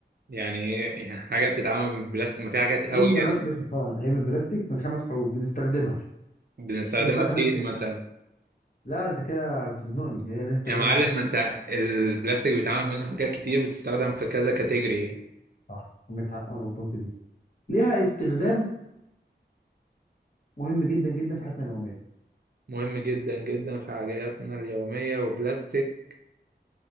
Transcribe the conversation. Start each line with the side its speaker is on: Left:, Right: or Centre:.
Right: يعني ايه يعني حاجة بتتعمل من البلاستيك ما في حاجات قوي
Left: أي يا
Right: يعني
Left: باشا باشا سهلة هي من بلاستيك من خمس حروف بنستخدمها
Right: بنستخدمها
Left: مفيش بقى كمان
Right: فين
Left: تاني
Right: مثلا
Left: لا أنت كده بتزنقني هي لها استخدام
Right: يا معلم
Left: واحد
Right: ما انت البلاستيك بيتعمل منه حاجات كتير بتستخدم في كذا كاتيجوري
Left: صح عندك حق أنا غلطان في دي ليها استخدام مهم جدا جدا في حياتنا اليومية
Right: مهم جدا جدا في حاجاتنا اليومية وبلاستيك